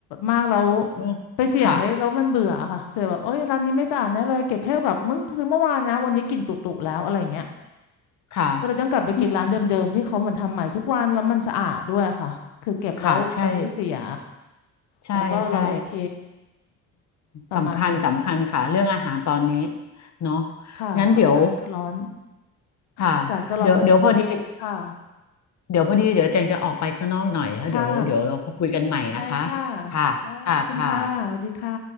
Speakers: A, on the left; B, on the left.
A: มากแล้ว
B: โอ้
A: ไปเสี่ยงไปแล้วมันเบื่ออะค่ะเสียแบบโอ๊ยร้านนี้ไม่สะอาดนะเลยเก็บแค่แบบมึงซื้อเมื่อวานนะวันนี้กลิ่นตุๆแล้วอะไรอย่างเงี้ย
B: ค่ะค่ะ
A: ก็เลยต้องกลับไปกินร้านเดิมๆที่เขาเหมือนทำใหม่ทุกวันแล้วมันสะอาดด้วยค่ะคือเก็บแล้วมันไม่เสีย
B: อืมค่ะใช่ใช่
A: แล้วก็เราโอเค
B: ใช่
A: ประมาณนึง
B: สำคัญสำคัญค่ะเรื่องอาหารตอนนี้เนาะ
A: ค่ะอากาศก็ร้อน
B: งั้นเดี๋ยวค่ะ
A: อากาศก็ร้อนก็เสียอะไรง่ายค่ะ
B: เดี๋ยวเดี๋ยวพอดีเดี๋ยวพอดีเดี๋ยวแจงจะออกไปข้างนอกหน่อยแล้วเดี๋ยวเดี๋ยวเราคุยกันใหม่นะคะ
A: ค่ะ ได้ค่ะ
B: ค่ะค่ะค่ะ
A: นะขอบคุณค่ะ สวัสดีค่ะ